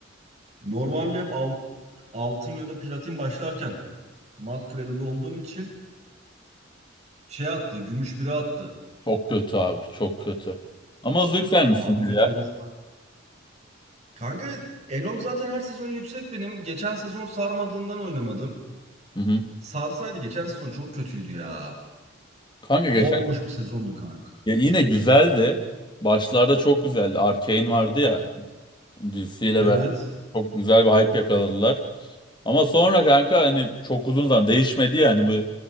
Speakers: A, on the right; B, on the left.
A: Normalde hep alt- altın ya da platin başlarken Master Elo'da olduğum için şey attı, gümüş biri attı.
B: Çok kötü abi. Çok kötü. Ama zevklenmişsindir
A: Abi kötü
B: ya.
A: biraz. Kanka Elo'm zaten her sezon yüksek benim. Geçen sezon sarmadığından oynamadım.
B: Hı hı.
A: Sarsaydı geçen sezon çok kötüydü ya.
B: Kanka
A: Bomboş
B: geçen
A: bir sezondu kanka.
B: ya yine güzeldi. Başlarda çok güzeldi. Arcane vardı ya dizisiyle
A: Evet.
B: beraber çok güzel bir hype yakaladılar. Ama sonra kanka hani çok uzun zaman değişmedi ya hani bu